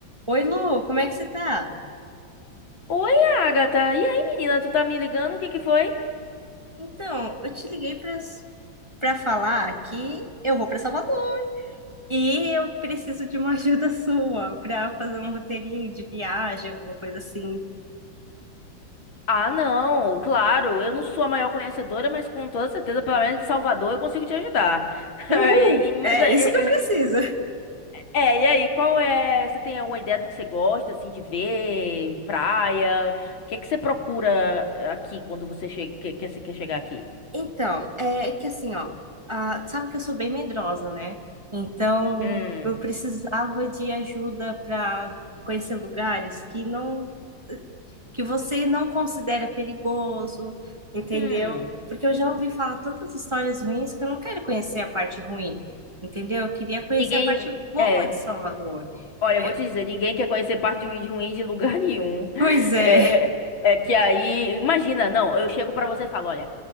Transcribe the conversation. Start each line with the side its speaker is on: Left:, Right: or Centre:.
Right: Oi, Lu, como é que você tá?
Left: Oi, Agatha. E aí, menina, tu tá me ligando? O que que foi?
Right: Então, eu te liguei para para falar que eu vou para Salvador e eu preciso de uma <laughs> ajuda sua para fazer um roteirinho de viagem, alguma coisa assim.
Left: Ah, não, claro, eu não sou a maior conhecedora, mas com toda certeza, pelo menos de Salvador, eu consigo te ajudar.
Right: Uhul!
Left: <laughs> E- e- Mas
Right: É
Left: é,
Right: isso que eu preciso.
Left: é, é, é, e aí, qual é? Você tem alguma ideia do que você gosta, assim, de ver? Praia? O que que você procura aqui quando você chega, que, que você quer chegar aqui?
Right: Então, é que assim, ó, ah, sabe que eu sou bem medrosa, né? Então,
Left: Hum,
Right: eu precisava de ajuda para conhecer lugares que não que você não considera perigoso, entendeu?
Left: hum.
Right: Porque eu já ouvi falar tantas histórias ruins que eu não quero conhecer a parte ruim, entendeu? Eu queria conhecer
Left: Ninguém.
Right: a parte boa
Left: É.
Right: de Salvador.
Left: Olha,
Right: É,
Left: eu vou te dizer, ninguém quer conhecer parte de ruim ruim de lugar nenhum. <laughs>
Right: pois é.
Left: É, é que aí, imagina, não, eu chego pra você e falo, olha,